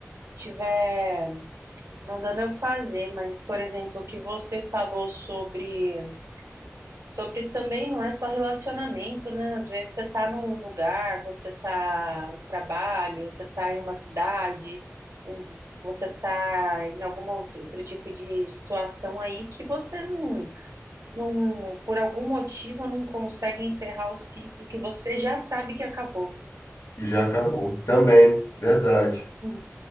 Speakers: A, on the right (about 85°); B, on the left (about 70°).
A: tiver mandando eu fazer. Mas, por exemplo, o que você falou sobre Sobre também não é só relacionamento, né? Às vezes você tá num lugar, você tá no trabalho, você tá em uma cidade, um- você tá em algum outro, outro tipo de situação aí que você não, não, por algum motivo, não consegue encerrar o ciclo que você já sabe que acabou.
B: E já acabou. Também, verdade.
A: Hum.